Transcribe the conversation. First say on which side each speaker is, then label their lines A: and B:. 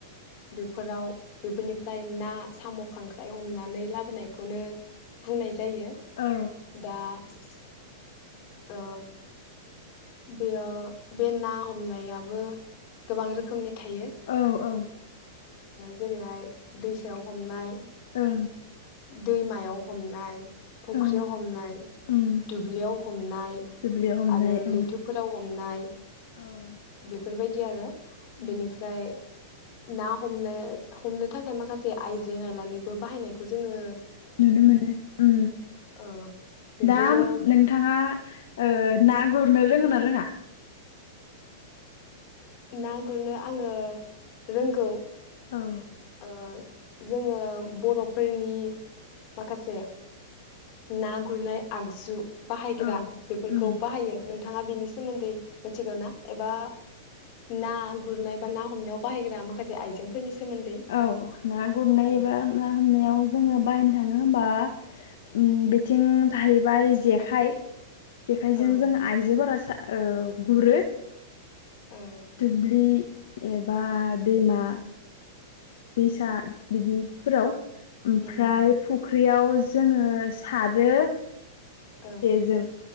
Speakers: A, on the left (about 45°); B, on the left (about 70°).
A: बेफोराव बेफोरनिफ्राय ना साम' खांख्राय हमनानै लाबोनायखौनो बुंनाय जायो जायो
B: औ
A: दा बि ओ बेयाव बे ना हमनायाबो गोबां रोखोमनि थायो
B: औ औ
A: जेरैहाय दैसायाव हमनाय
B: औ
A: दैमायाव हमनाय फुख्रियाव
B: औ
A: हमनाय
B: उम
A: दुब्लियाव हमनाय
B: दुब्लियाव हमनाय
A: आरो
B: ओं
A: लैथोफोराव हमनाय
B: औ
A: बेफोरबायदि आरो
B: उम
A: बेनिफ्राय ना हमनो हमनो थाखाय माखासे आइजें आयलानिबो बाहायनाय खौ जोङो
B: नुनो मोनो ओ
A: ओ बिब्दिनो
B: दा नोंथाङा ओ ना गुरनो रोङोना रोङा
A: ना गुरनो आङो रोंगौ
B: औ
A: ओ जोङो बरफोरनि माखासे ना गुरनाय आगजु बाहायग्रा
B: औ
A: बेफोरखौ
B: उम
A: बाहायो नो थाङा बेनि सोमोन्दै मिथिगौ ना एबा ना गुरनाय बा ना हमनायाव बाहायग्रा माखासे आइजेंफोरनि सोमोन्दै
B: औ ना गुरनाय
A: ओ
B: एबा मा हमनायाव जोङो बायनो थाङो होमबा ओम बिथिं थाहैबाय जेखाइ जेखायजों
A: ओं
B: जों आइजोफोरा सा औ गुरो
A: ओं
B: दुब्लि एबा दैमा दैसा बिदिफोराव ओमफ्राय
A: उम
B: फुख ख्रियाव जोङो सारो ए
A: ओ
B: जों